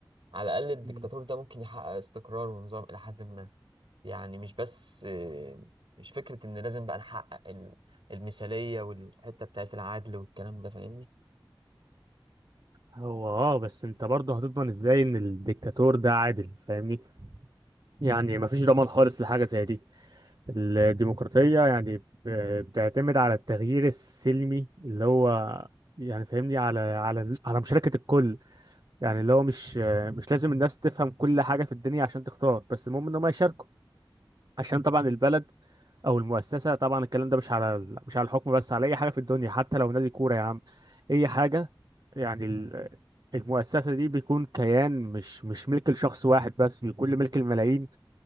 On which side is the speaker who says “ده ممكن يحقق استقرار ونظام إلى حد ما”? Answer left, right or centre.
Right